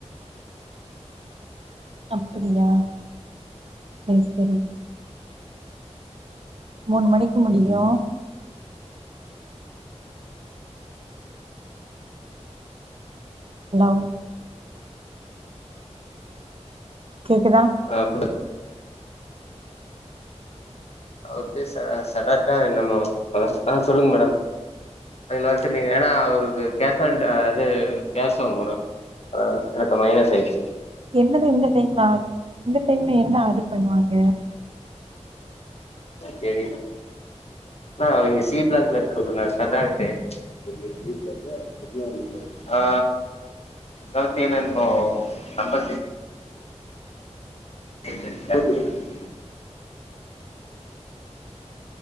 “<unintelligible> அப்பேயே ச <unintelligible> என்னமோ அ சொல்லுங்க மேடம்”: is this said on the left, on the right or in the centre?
Left